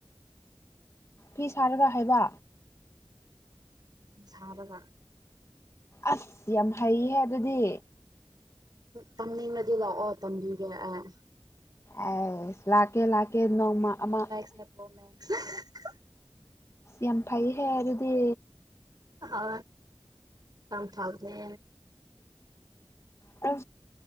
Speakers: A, on the left (about 30°); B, on the right (about 45°).
A: ꯐꯤ ꯁꯥꯔꯒ ꯍꯥꯏꯕ
B: ꯁꯥꯔꯒ
A: ꯑꯁ ꯌꯥꯝ ꯍꯩꯍꯦ ꯑꯗꯨꯗꯤ
B: ꯇꯝꯅꯤꯡꯉꯗꯤ ꯂꯥꯛꯑꯣ ꯇꯝꯕꯤꯒꯦ ꯑꯦ
A: ꯑꯦ ꯂꯥꯛꯀꯦ ꯂꯥꯛꯀꯦꯣ
B: ꯄ꯭ꯔꯣꯃꯦꯛꯁꯅꯦ
A: ꯑ
B: <inaudible>
A: ꯌꯥꯝ ꯐꯩ ꯍꯥꯏ ꯑꯗꯨꯗꯤ
B: ꯍ ꯀꯝ ꯊꯥꯎꯗ
A: ꯑ